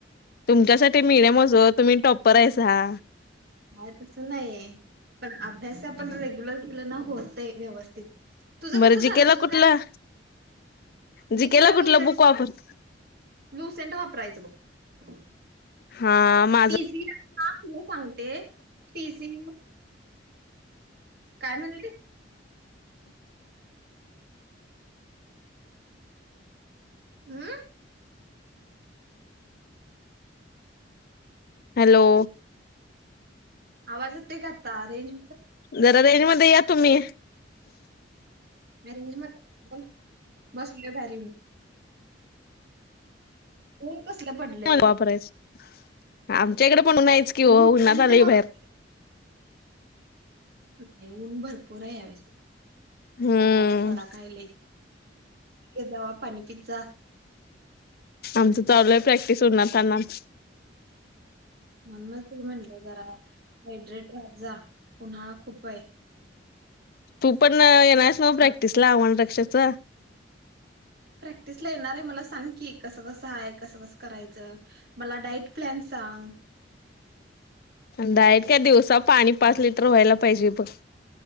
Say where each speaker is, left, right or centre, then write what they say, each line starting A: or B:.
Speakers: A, on the left; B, on the right.
A: तुमच्यासाठी मिडम असो तुम्ही टॉप्पर आहे सा
B: काय तस नाही पण अभ्यास आपण रेग्युलर केले ना होतय व्यवस्थित. तुझं
A: बरं
B: कसं
A: जीकेला
B: झालं तुझं
A: कुठलं
B: काय
A: जीकेला
B: जिकला
A: कुठलं
B: लूस
A: बुक वापरता
B: लूसेंट वापरायचं ब
A: हा माझं
B: टीसी ना तुला सांगते टीसी काय म्हणलीस हम!
A: हॅलो!
B: आवाज येतोय का आता? रेंज
A: जरा रेंज मध्ये या तुम्ही.
B: मी रेंज मधे बसलेय बाहेर येऊन. ऊन कसलं पडलंय
A: वापरायच. आमच्या इकडे पणून नाहीच की हो
B: लुसेंट
A: उन्हात आलाय
B: वापर
A: बाहेर.
B: नाही ऊन भरपूर आहे यावेळीस
A: हम्म
B: उन्हाचा तडाकालाय. के जावा पानी पितजा
A: आमचं चालू आहे प्रॅक्टिस उन्हातानात.
B: म्हणणच म्हणलं जरा हैड्रेड राजात जा, उन्हाळा खूप आहे.
A: तू पण येणारस नव प्रॅक्टिस
B: आज
A: ला आव्हाण रक्षाच.
B: प्रॅक्टिसला येणार आहे मला सांग की कस कसं आहे. कसं कसं करायचं. मला डाईट प्लॅन सां
A: डायट का दिवसा पाणी पाच लिटर व्हायला पाहिजे बस